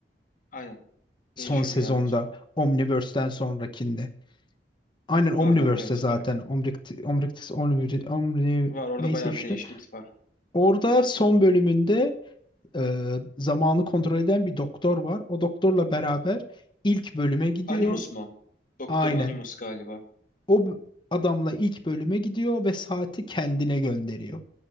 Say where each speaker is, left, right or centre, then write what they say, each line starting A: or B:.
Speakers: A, on the left; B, on the left.
A: Aynen.
B: son
A: Değişiyor
B: sezonda
A: bir yerden sonra.
B: Omniverse'den sonrakinde. Aynen Omniverse'te
A: Var var evet
B: zaten.
A: öyle.
B: Omnict Omnictis Omniv- Omni
A: Var orada
B: neyse
A: bayağı
B: işte.
A: bir değişiklik var.
B: Orada son bölümünde e, zamanı kontrol eden bir doktor var. O doktorla beraber ilk bölüme gidiyor.
A: Animus mu? Doktor
B: Aynen.
A: Animus galiba.
B: O b- adamla ilk bölüme gidiyor ve saati kendine gönderiyor.